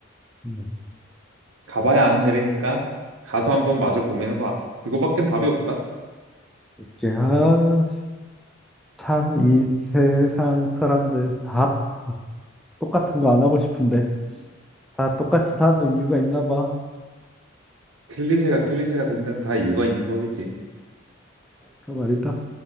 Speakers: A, in the centre; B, on the right.
A: 음,
B: 가봐야 아는 일이니까 가서 한번 마저 고민해봐. 그거밖엔 답이 없다.
A: 이렇게 아, 참 이 세상 사람들 다 똑같은 거 안 하고 싶은데 다 똑같이 사는 이유가 있나 봐.
B: 클리셰가 클리셰가 된 데는 다 이유가 있는 거지.
A: 그 말이다.